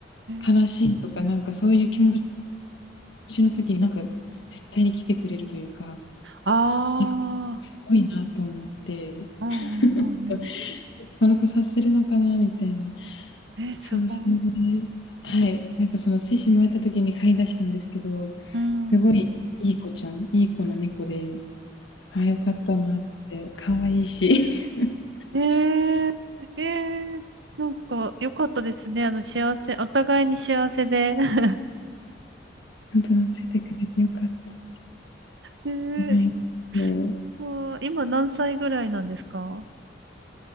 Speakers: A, on the right (about 75°); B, on the left (about 90°).
A: うん
B: 悲しいとか、なんかそういう気持ちの時に、なんか絶対に来てくれるというか
A: ああ
B: なんかすごいなと思って、
A: うんうんうんうん
B: <laughs> この子させ察するのかなみたいな。
A: え、すごい。
B: そう、それではい、なんかその精子生まれた時に飼い出したんですけど、
A: うん。
B: すごいいい子ちゃん、いい子な猫で、ああ、よかったなって、可愛いし、<laughs>
A: えー、ええ、なんか良かったですね。あの、幸せ、お互いに幸せで。<laughs>
B: 本当と懐いてくれてよかったと
A: ええ、
B: 思います。
A: わあ今何歳ぐらいなんですか